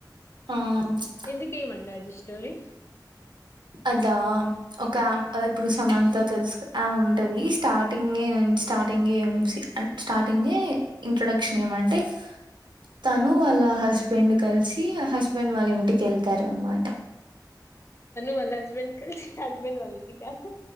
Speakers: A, on the right; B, on the left.
A: ఆ
B: ఎందుకేమంట అది స్టోరి
A: అదా ఒక ఇప్పుడు సమంత తెలుసు ఆమ్ ఉంటది స్టార్టింగ్ నుంచి స్టార్టి స్టార్టింగ్ స్టార్టింగ్ ఇంట్రడక్షన్ ఎం అంటే తను వాళ్ళ హస్బెండ్ కలిసి ఆ హస్బెండ్ వాళ్ళ ఇంటికి వెళ్తారు అనమాట
B: వా హస్బెం క హస్బెండ్ వల్లా ఇంటికా